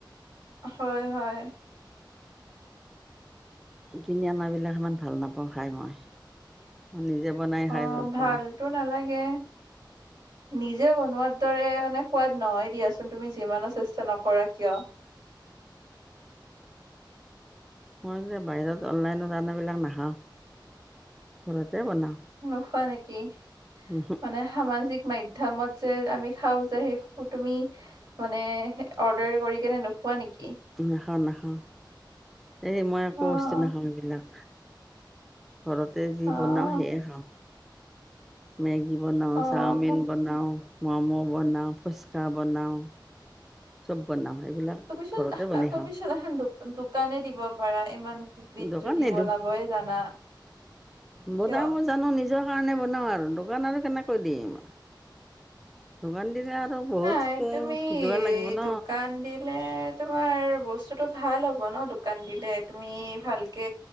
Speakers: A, on the right; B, in the centre.
A: হয়, হয়।
B: কিনি অনাবিলাক ইমান ভাল নাপাওঁ খাই মই। মই নিজে বনাই- খাই
A: অঁ
B: ভাল
A: ভালতো
B: পাওঁ।
A: নালাগে। নিজে বনোৱাৰ দৰে মানে সোৱাদ নহয় দিয়াচোন তুমি যিমানো চেষ্টা নকৰা কিয়।
B: মই যে বাহিৰত অনলাইনত অনাবিলাক নাখাওঁ, ঘৰতে বনাওঁ।
A: নোখোৱা নেকি
B: উহু,
A: মানে- সামাজিক মাধ্যমত যে আমি খাওঁ যে সেই তুমি- মানে অৰ্ডাৰ কৰি কেনে নোখোৱা নেকি
B: নাখাওঁ নাখাওঁ এই মই একো
A: অ',
B: বস্তু নাখাওঁ এইবিলাক ঘৰতে যি
A: অ',
B: বনাওঁ সেয়ে খাওঁ মেগী বনাওঁ
A: অ',
B: চাওমিন বনাওঁ ম'ম' বনাওঁ ফুচকা বনাওঁ চব বনাওঁ এইবিলাক
A: তুমিচোন
B: ঘৰতে বনাই
A: তুমিচোন
B: খাওঁ
A: এখন দোক দোকানে দিব পাৰা ইমান বিধ
B: দোকান
A: যদি
B: নিদিওঁ
A: বনাবই জানা
B: বনাব
A: কিয়
B: জানো নিজৰ কাৰণে বনাওঁ আৰু দোকান আৰু কেনেকৈ দিম দোকান দিলে আৰু বহুত
A: নাই তুমি
B: যোগাৰ লাগিব ন
A: দোকান দিলে তোমাৰ বস্তুটো ভাল হ'ব ন দোকান দিলে তুমি ভালকে